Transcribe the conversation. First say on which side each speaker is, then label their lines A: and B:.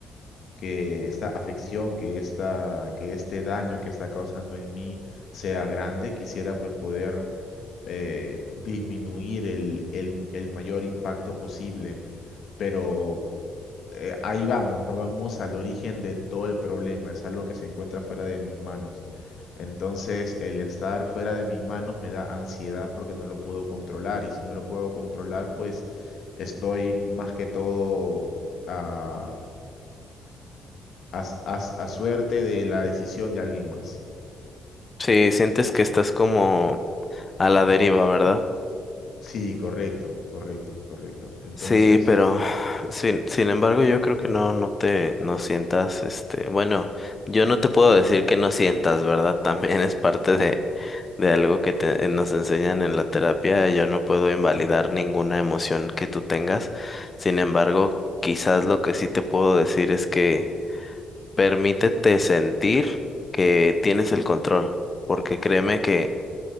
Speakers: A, on the left; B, on the left.
A: que esta afección, que esta, que este daño que está causando en mí sea grande. Quisiera pues poder eh, disminuir el, el, el mayor impacto posible, pero eh, ahí vamos, no vamos al origen de todo el problema, es algo que se encuentra fuera de mis manos. Entonces, el estar fuera de mis manos me da ansiedad porque no lo puedo controlar y si no lo puedo controlar, pues estoy más que todo a, a s- a s- a suerte de la decisión de alguien más.
B: Sí, sientes que estás como a la deriva, ¿verdad?
A: Sí, correcto, correcto, correcto. Entonces,
B: Sí, pero
A: este,
B: sin, sin embargo yo creo que no, no te, no sientas, este, bueno, yo no te puedo decir que no sientas, ¿verdad? <laughs> También es parte de, de algo que te, nos enseñan en la terapia, yo no puedo invalidar ninguna emoción que tú tengas, sin embargo, quizás lo que sí te puedo decir es que permítete sentir que tienes el control, porque créeme que